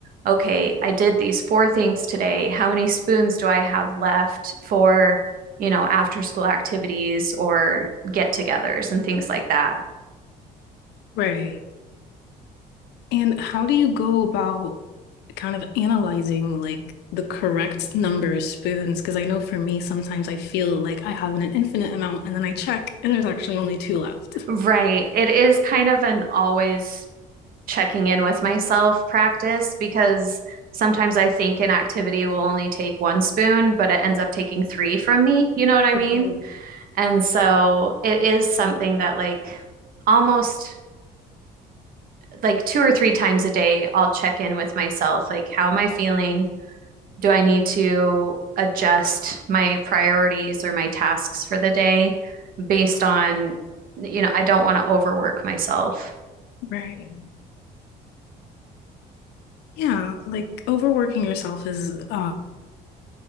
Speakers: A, on the right (about 60°); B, on the left (about 80°).
A: okay, I did these four things today. How many spoons do I have left for, you know, after school activities or get-togethers and things like that?
B: right. And how do you go about kind of analyzing like the correct number of spoons? Because I know for me, sometimes I feel like I have an infinite amount and then I check and there's actually only two left.
A: Right. It is kind of an always checking in with myself practice because sometimes I think an activity will only take one spoon, but it ends up taking three from me. You know what I
B: For
A: mean?
B: sure.
A: And so it is something that, like, almost like two or three times a day, I'll check in with myself. Like, how am I feeling? Do I need to adjust my priorities or my tasks for the day based on, you know, I don't want to overwork myself.
B: Right. Yeah, like overworking yourself is uh